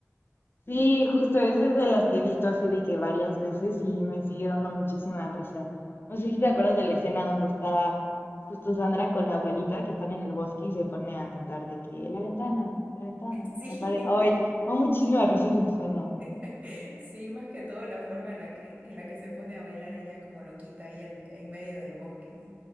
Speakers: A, on the left (about 40°); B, on the right (about 30°).
A: Sí, justo esa es de las que he visto así de que varias veces y me sigue dando muchísima risa. No sé si te acuerdas de la escena donde está justo Sandra con la abuelita que están en el bosque y se pone a cantar de que la ventana, la ventana,
B: Sí,
A: la pared. Ay, me da muchísima risa esa escena.
B: <laughs> sí, más que todo la forma en la que, en la que se pone a bailar ella como loquita ahí al- en medio del bosque.